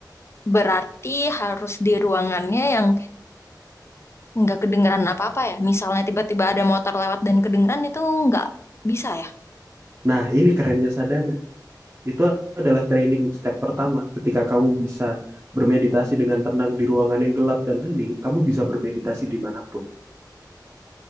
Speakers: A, on the left; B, on the right.
A: Berarti harus di ruangannya yang nggak kedengeran apa-apa ya. Misalnya tiba-tiba ada motor lewat dan kedengeran itu nggak bisa ya.
B: Nah, ini kerennya sadhana. Itu adalah training step pertama. Ketika kamu bisa bermeditasi dengan tenang di ruangan yang gelap dan hening, kamu bisa bermeditasi dimanapun.